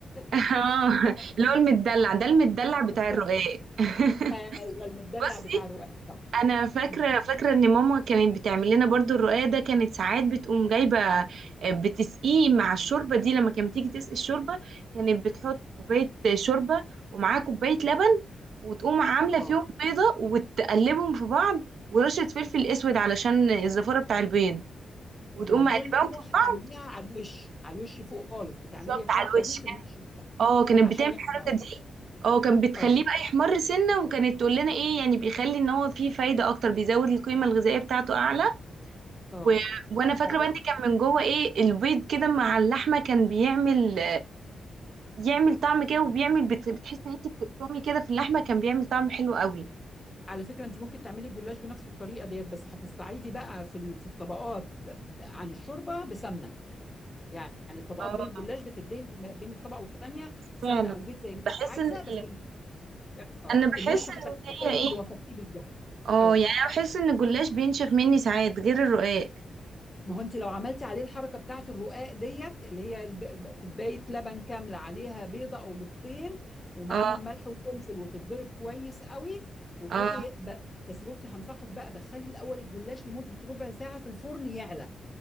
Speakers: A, on the right; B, on the left.
A: اه
B: <laughs> بتاع
A: اللي هو المدلع ده المدلع بتاع
B: الرقاق.
A: الرقاق <laughs>
B: ايوه المدلع
A: بصي
B: بتاع الرقاق صح
A: انا فاكره
B: مم.
A: فاكره ان ماما كانت بتعمل لنا برضو الرقاق ده كانت ساعات بتقوم جايبه آه، بتسقيه مع الشوربه دي لما كانت تيجي تسقي الشوربه كانت بتحط كوبايه شوربه ومعاها كوبايه لبن وتقوم عامله
B: اه
A: فيهم بيضه وتقلبهم في بعض ورشه فلفل اسود علشان الزفاره بتاع البيض وتقوم
B: ما دول
A: مقلباهم
B: كده
A: في
B: هتعمليها
A: بعض
B: على الوش على الوش فوق خالص بتعملي
A: بالظبط
B: الحركه
A: على الوش
B: دي في الوش بتاعك
A: اه كانت
B: عشان
A: بتعمل
B: يحمر
A: الحركه دي اه كان بتخليه
B: اه
A: بقى يحمر سنه وكانت تقول لنا ايه يعني بيخلي ان هو فيه فايده اكتر بيزود القيمه الغذائيه بتاعته اعلى
B: اه
A: و... وانا فاكره
B: فعلا
A: بقى ان كان من جوه ايه البيض كده مع اللحمه كان بيعمل يعمل طعم كده وبيعمل بت... بتحس ان انت بتقطمي كده في اللحمه كان بيعمل طعم حلو قوي
B: على فكرة انت ممكن تعملي الجلاش بنفس الطريقة ديت بس هتستعيدي بقى في ال- في الطبقات عن الشوربة بسمنة يعني الطبقات
A: اه
B: بين الجلاش بتدي بين الطبقة والتانية سمنة
A: فعلا
B: او زيت زي ما
A: بحس
B: انت عايزة
A: ان
B: بس
A: ال...
B: ال- اه
A: انا بحس
B: الوش هتعمليه
A: ان هي
B: زي
A: ايه
B: اللي وصفتيه بالظبط
A: اه
B: اه
A: يعني انا بحس ان الجلاش بينشف مني ساعات غير الرقاق
B: ما هو انت لو عملتي عليه الحركه بتاعت الرقاق ديت اللي هي الب- ب- كوبايه لبن كامله عليها بيضه او بيضتين ومعاهم
A: اه
B: ملح وفلفل وتتضرب كويس قوي وتروحي
A: اه
B: ب... بس بصي هنصحك بقى دخلي الاول الجلاش لمده ربع ساعه في الفرن يعلى